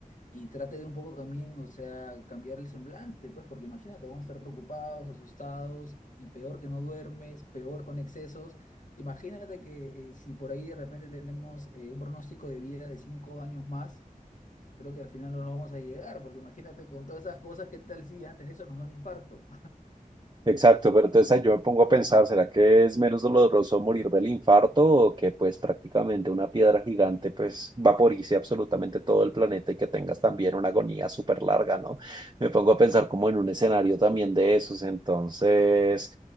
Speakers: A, on the left; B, on the right.
A: y trate de un poco también, o sea, cambiar el semblante, pues, porque imagínate, vamos a estar preocupados, asustados, y peor que no duermes, peor con excesos. Imagínate que eh, si por ahí de repente tenemos eh, un pronóstico de vida de cinco años más, creo que al final no nos vamos a llegar, porque imagínate con todas esas cosas, ¿qué tal si antes de eso nos da un infarto?
B: Exacto, pero entonces ahí yo me pongo a pensar, ¿será que es menos doloroso morir del infarto o que pues prácticamente una piedra gigante pues vaporice absolutamente todo el planeta y que tengas también una agonía súper larga, ¿no? Me pongo a pensar como en un escenario también de esos, entonces,